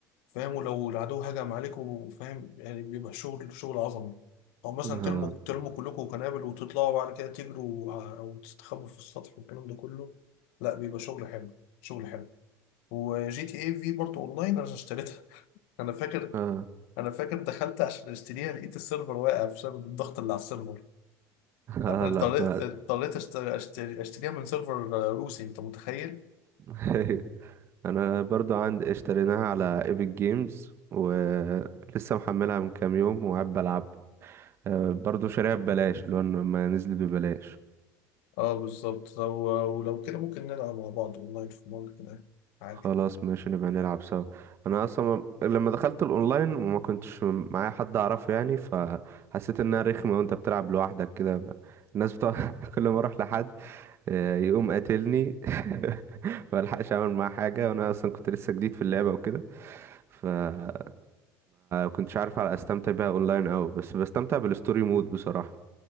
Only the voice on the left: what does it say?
فاهم ولو العدو هجم عليكم وفاهم يعني بيبقى شغل شغل عظمه او مثلا
ترموا ترموا كلكم قنابل وتطلعوا بعد كده تجروا ع- او تستخبوا في السطح والكلام ده كله لا بيبقى شغل حلو شغل حلو وجي تي اي في برضه اونلاين انا اشتريتها انا فاكر
انا فاكر دخلت عشان اشتريها لقيت السيرفر واقع بسبب الضغط اللي على السيرفر
اضطريت
اضطريت أشت- أشتري- اشتريها من سيرفر روسي انت متخيل
اه بالظبط لو ولو كده ممكن نلعب مع بعض اونلاين في مره كده حاجه